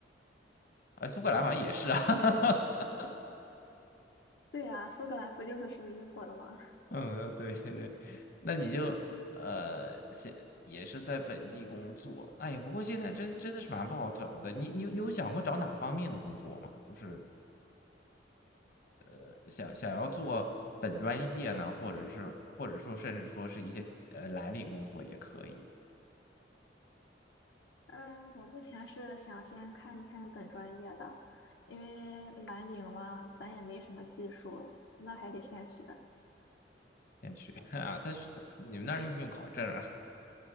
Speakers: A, on the left; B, on the left.
A: 啊，苏格兰好像也是啊，<laughs>
B: <laughs> 对呀，苏格兰不就是属于英国的吗？
A: 嗯，对对对，那你就呃，现也是在本地工作，哎呀，不过现在真真的是蛮不好找的，你你有你有想过找哪方面的工作吗？就是呃，想想要做本专业呢，或者是或者说甚至说是一些呃蓝领工作也可以。
B: 嗯，我目前是想先看一看本专业的，因为蓝领嘛，咱也没什么技术，那还得现学。
A: 先去 <laughs> 啊。但是你们那儿用不用考证啊？